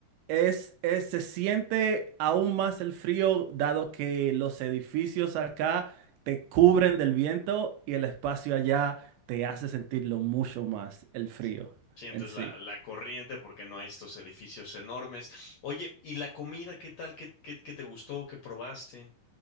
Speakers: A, on the right; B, on the left.
A: es, es- se siente aún más el frío dado que los edificios acá te cubren del viento y el espacio allá te hace sentirlo mucho más el frío
B: Sí. Sientes
A: en sí.
B: la, la corriente porque no hay estos edificios enormes. Oye, ¿y la comida qué tal? ¿Qué, qué, qué te gustó? ¿Qué probaste?